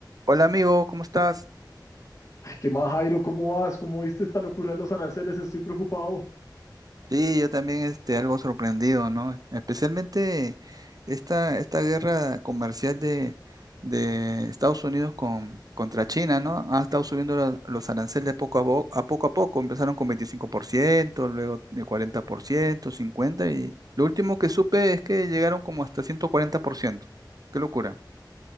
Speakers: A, on the right (about 50°); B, on the left (about 40°).
A: Hola amigo, ¿cómo estás?
B: Ay, ¿Qué más, Jairo? ¿Cómo vas? ¿Cómo viste esta locura de los aranceles? Estoy preocupado.
A: Sí, yo también este, algo sorprendido, ¿no? Especialmente esta, esta guerra comercial de, de Estados Unidos con, contra China, ¿no? Ha estado subiendo la- los aranceles poco a, bo- a poco a poco. Empezaron con 25%, luego de 40%, 50%, y lo último que supe es que llegaron como hasta ciento cuarenta por ciento, Qué locura.